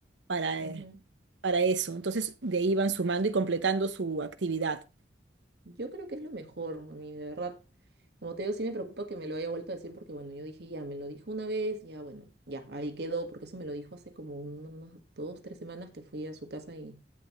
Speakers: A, on the right; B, on the right.
A: para,
B: Ujú.
A: eh, para eso. Entonces de ahí iban sumando y completando su actividad.
B: Yo creo que es lo mejor, a mí, de verdad. Como te digo, sí me preocupa que me lo haya vuelto a decir porque, bueno, yo dije, ya, me lo dijo una vez, ya, bueno, ya, ahí quedó, porque eso me lo dijo hace como un- unas dos, tres semanas que fui a su casa y